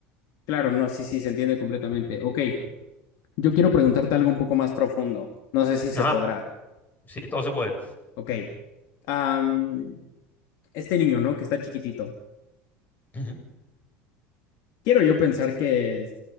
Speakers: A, on the left; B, on the left.
A: Claro, no, sí, sí, se entiende completamente. Ok, yo quiero preguntarte algo un poco más profundo. No sé si se
B: Ajá,
A: podrá.
B: sí, todo se puede.
A: Ok. Am, este niño, ¿no? Que está chiquitito.
B: Ujú.
A: Quiero yo pensar que